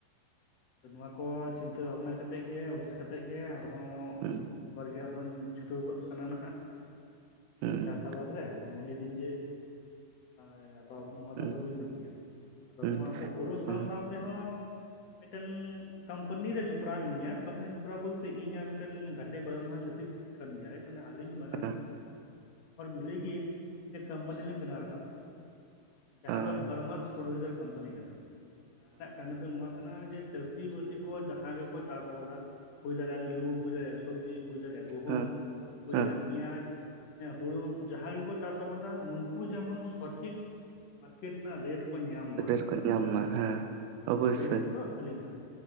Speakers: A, on the left (about 45°); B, on the right (about 75°).
A: ᱟᱫᱚ ᱱᱚᱣᱟ ᱠᱚ ᱪᱤᱱᱛᱟᱹ ᱵᱷᱟᱵᱱᱟ ᱠᱟᱛᱮᱜ ᱜᱮ ᱦᱩᱫᱤᱥ ᱠᱟᱛᱮᱜ ᱜᱮ ᱟᱨᱦᱚᱸ
B: ᱦᱩᱸ
A: ᱱᱤᱭᱟᱹ ᱵᱟᱨᱜᱮ ᱟᱨᱦᱚᱧ ᱪᱷᱩᱴᱟᱹᱣ ᱜᱚᱫ ᱠᱟᱱᱟ ᱱᱟᱦᱟᱜ ᱱᱚᱣᱟ
B: ᱦᱩᱸ
A: ᱪᱟᱥ ᱟᱵᱟᱫᱽ ᱨᱮ ᱟᱫᱚ ᱢᱚᱱᱮᱭᱮᱫᱟᱹᱧ ᱡᱮ ᱳᱭ ᱛᱚ ᱱᱚᱣᱟ
B: ᱦᱩᱸ
A: ᱫᱚ ᱟᱫᱚ ᱵᱟᱹᱧ ᱵᱟᱹᱜᱤᱭᱟ ᱟᱫᱚ
B: ᱦᱩᱸ
A: ᱱᱚᱣᱟ ᱟᱵᱚ ᱦᱳᱲᱳ ᱥᱟᱶ
B: ᱦᱩᱸ
A: ᱥᱟᱶ ᱛᱮᱦᱚᱸ ᱢᱤᱫᱴᱮᱱᱻ ᱠᱟᱢᱯᱟᱱᱤ ᱨᱮ ᱡᱚᱯᱲᱟᱣ ᱢᱤᱱᱟᱧᱟ ᱠᱟᱢᱯᱟᱱᱤ ᱡᱚᱯᱲᱟᱣ ᱵᱚᱞᱛᱮ ᱤᱧ ᱟᱨ ᱢᱤᱫᱴᱮᱱ ᱜᱟᱛᱮ ᱠᱚᱲᱟ ᱩᱱᱤ ᱦᱚᱸ ᱪᱷᱟᱹᱛᱤᱠ ᱠᱟᱱ ᱜᱮᱭᱟᱭ ᱢᱟᱱᱮ ᱟᱹᱞᱤᱧ ᱵᱟᱱᱟᱨ-ᱵᱟᱱᱟ
B: ᱦᱮᱸ
A: ᱦᱚᱲ ᱢᱤᱞᱮ ᱜᱮ ᱢᱤᱫᱴᱮᱱ ᱠᱟᱢᱯᱟᱱᱤ ᱞᱤᱧ ᱵᱮᱱᱟᱣ ᱨᱟᱠᱟᱵ ᱟᱠᱟᱫᱟ ᱡᱟᱦᱟᱸ
B: ᱦᱮᱸ
A: ᱫᱚ ᱯᱷᱟᱨᱢᱟᱥ ᱯᱨᱩᱰᱤᱭᱩᱥᱟᱨ ᱠᱟᱢᱯᱟᱱᱤ ᱠᱟᱱᱟ ᱚᱱᱟ ᱨᱮᱱᱟᱜ ᱠᱟᱹᱢᱤ ᱫᱚ ᱱᱚᱣᱟ ᱦᱩᱭᱩᱜ ᱠᱟᱱᱟ ᱡᱮ ᱪᱟᱹᱥᱤ ᱵᱟᱹᱥᱤ ᱠᱚ ᱡᱟᱦᱟᱸ ᱜᱮᱠᱚ ᱪᱟᱥ ᱟᱵᱟᱫᱟ ᱦᱩᱭ ᱫᱟᱲᱮᱭᱟᱜ ᱟᱞᱩ ᱦᱩᱭ ᱫᱟᱲᱮᱭᱟᱜ ᱥᱚᱵᱡᱤ ᱦᱩᱭ ᱫᱟᱲᱮ ᱜᱩᱦᱩᱢ
B: ᱦᱮᱸ
A: ᱦᱩᱭ
B: ᱦᱮᱸ
A: ᱫᱟᱲᱮᱭᱟᱜ ᱯᱮᱸᱭᱟᱡ ᱦᱮᱸ ᱦᱩᱲᱩ ᱡᱟᱦᱟᱸ ᱜᱮᱠᱚ ᱪᱟᱥ ᱟᱵᱟᱫᱟ ᱱᱩᱝᱠᱩ ᱡᱮᱢᱚᱱ ᱥᱚᱴᱷᱤᱠ ᱢᱟᱨᱠᱮᱴ ᱨᱮᱱᱟᱜ ᱨᱮᱴ ᱠᱚ ᱧᱟᱢ ᱢᱟ
B: ᱰᱷᱮᱨ ᱠᱚ ᱧᱟᱢ ᱢᱟ ᱦᱮᱸ
A: ᱱᱚᱣᱟ
B: ᱚᱵᱚᱥᱥᱳᱭ
A: ᱨᱮᱭᱟᱜ ᱫᱟᱭᱤᱛᱛᱚ ᱫᱚ ᱟᱹᱞᱤᱧᱟᱜ